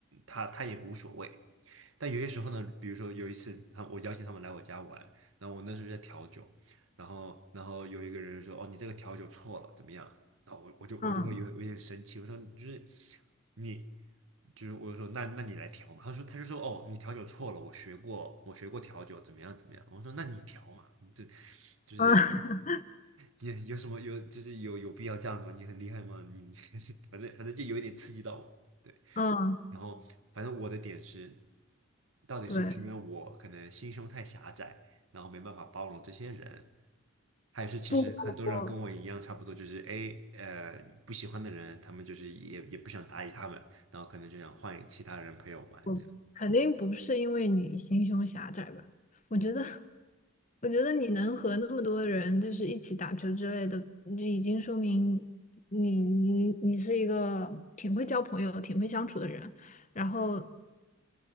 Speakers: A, on the right; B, on the left.
A: 他他也无所谓。但有些时候呢，比如说有一次他我邀请他们来我家玩，然后我那时候在调酒，然后然后有一个人说，哦，你这个调酒错了，怎么样？然后我我就我就会有有点生气，
B: 嗯
A: 我说就是你，就是我就说那那你来调嘛，他说他就说哦你调酒错了，我学过我学过调酒怎么样怎么样，我说那你调嘛，你这就是
B: 嗯，<laughs>
A: 你有什么有就是有有必要这样子吗？你很厉害吗？你 <laughs> 反正反正就有一点刺激到我，对，
B: 嗯
A: 然后反正我的点是，到底是不是因为我可能心胸太狭窄，
B: 对，
A: 然后没办法包容这些人，还是其实很多人跟我一样，
B: 不不不。
A: 差不多就是哎，呃，不喜欢的人，他们就是也也不想搭理他们，然后可能就想换其他人陪我玩这样。
B: 我肯定不是因为你心胸狭窄吧？我觉得，我觉得你能和那么多人就是一起打球之类的，就已经说明你你你是一个挺会交朋友、挺会相处的人。然后